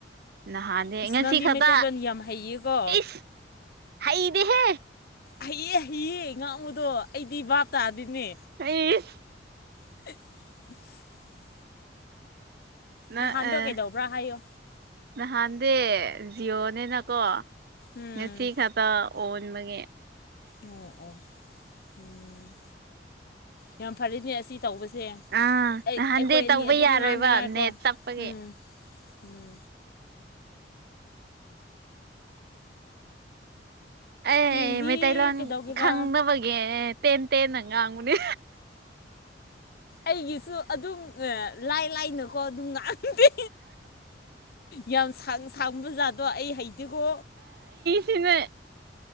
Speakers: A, on the right; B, on the left.
A: ꯅꯍꯥꯟꯅꯦ
B: ꯑꯁ
A: ꯉꯁꯤ
B: ꯅꯪꯗꯤ
A: ꯈꯛꯇ
B: ꯃꯩꯇꯩꯂꯣꯟ ꯌꯥꯝ ꯍꯩꯌꯦꯀꯣ
A: ꯏꯁ ꯍꯩꯗꯤꯍꯦ
B: ꯍꯩꯑꯦ ꯍꯩꯌꯦ ꯉꯥꯡꯕꯗꯣ ꯑꯩꯗꯤ ꯕꯥꯞ ꯇꯥꯗꯤꯅꯦ
A: <unintelligible>
B: <inaudible>
A: ꯅꯥ
B: ꯅꯍꯥꯟꯗꯣ
A: ꯑꯦ
B: ꯀꯩꯗꯧꯕ꯭ꯔꯥ ꯍꯥꯏꯌꯣ
A: ꯅꯍꯥꯟꯗ ꯖꯤꯌꯣꯅꯦꯅꯀꯣ
B: ꯎꯝ
A: ꯉꯁꯤ ꯈꯛꯇ ꯑꯣꯟꯕꯒꯦ
B: ꯑꯣ ꯑꯣ ꯎꯝ ꯌꯥꯝ ꯐꯔꯦꯅꯦ ꯑꯁꯤ ꯇꯧꯕꯁꯦ
A: ꯑꯥ
B: ꯑꯩ
A: ꯅꯍꯥꯟꯗꯤ
B: ꯑꯩꯈꯣꯏ ꯑꯅꯤ
A: ꯇꯧꯕ
B: ꯑꯗꯨꯝ
A: ꯌꯥꯔꯣꯏꯕ
B: ꯉꯥꯡꯅꯤꯉꯥꯏꯀꯣ
A: ꯅꯦꯠ ꯆꯞꯄꯒꯤ
B: ꯎꯝ ꯎꯝ
A: ꯑꯦ
B: ꯍꯌꯦꯡꯗꯤ
A: ꯃꯩꯇꯩꯂꯣꯟ
B: ꯀꯩꯗꯧꯒꯦꯔꯥ
A: ꯈꯪꯗꯕꯒꯤ ꯌꯦ ꯇꯦꯟ ꯇꯦꯟꯅ ꯉꯡꯕꯅꯤ
B: ꯑꯩꯒꯤꯁꯨ ꯑꯗꯨꯝ ꯂꯥꯏ ꯂꯥꯏꯅꯀꯣ ꯑꯗꯨꯝ ꯉꯥꯡꯗꯦ ꯌꯥꯝ ꯁꯥꯡꯁꯥꯡꯕ ꯖꯥꯗꯣ ꯑꯩ ꯍꯩꯇꯦꯀꯣ
A: ꯁꯤꯅꯦ